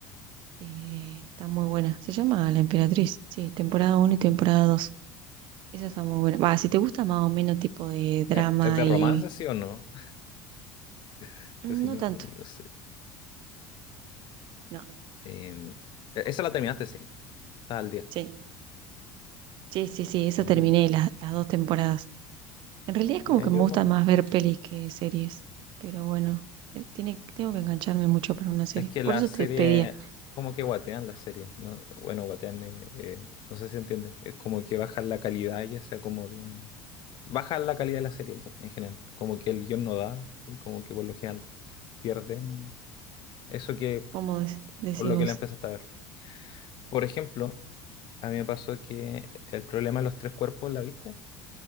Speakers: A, on the right; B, on the left.
A: Eh, está muy buena. Se llama La Emperatriz. Sí, temporada uno y temporada 2. Esa está muy buena. Va, si te gusta más o menos tipo de drama
B: ¿Es, es de
A: y...
B: romance, sí o no? <laughs>
A: mm,
B: Que si
A: No
B: no,
A: tanto.
B: no, no sé.
A: No.
B: Em, e, esa la terminaste, sí. Está al día.
A: Sí, sí, sí, sí, eso
B: Mm,
A: terminé las, las dos temporadas. En realidad es como
B: Ya
A: que
B: yo
A: me gusta
B: más.
A: más ver pelis que series, pero bueno, eh, tiene, tengo que engancharme mucho para una serie.
B: Es que
A: Por
B: la
A: eso
B: serie,
A: te pedía,
B: como que guatean la serie, ¿no? Bueno, guatean, eh, eh, no sé si entiende. Es como que bajan la calidad, ya sea como de... Bajan la calidad de la serie, po, en general. Como que el guión no da y como que por lo general pierden eso que
A: ¿cómo de- decís
B: por lo
A: vos?
B: que la empezaste a ver. Por ejemplo, a mí me pasó que El problema de los tres cuerpos, ¿la viste?